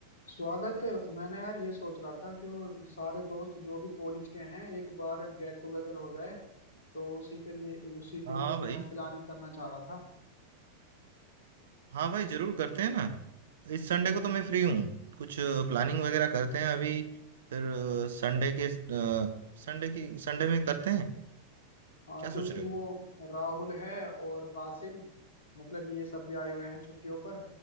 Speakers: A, on the left; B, on the right.
A: स्वागत है मैंने यार ये सोच रहा था कि वो सारे दोस्त जो भी कॉलेज के हैं एक बार गेट टुगेदर हो जाए तो उसी के लिए उसी के
B: हाँ
A: लिए
B: भाई
A: मैं प्लानिंग करना चाह रहा था
B: हाँ भाई जरूर करते हैं ना इस संडे को तो मैं फ्री हूँ कुछ प्लानिंग वगैरह करते हैं अभी फिर अ, संडे के अ, संडे की संडे में करते हैं
A: हाँ
B: क्या
A: क्योंकि
B: सोच रहे
A: वो
B: हो
A: राहुल है और कासिम मतलब ये सब भी आए हुए हैं छुट्टियों पर